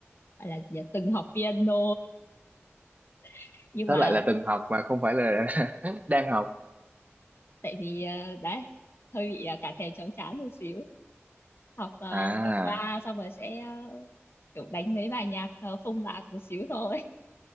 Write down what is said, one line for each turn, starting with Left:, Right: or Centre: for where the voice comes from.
Left: phải là gì nhỉ? từng học piano <laughs> nhưng
Right: đó
Left: mà
Right: lại là từng học mà không phải là <laughs> đang học
Left: tại vì ờ, đấy hơi bị ờ, cả thèm cháu chán một xíu học ờ,
Right: à,
Left: qua qua xong rồi sẽ ờ, kiểu đánh mấy bài nhạc ờ, phông bạt một xíu thôi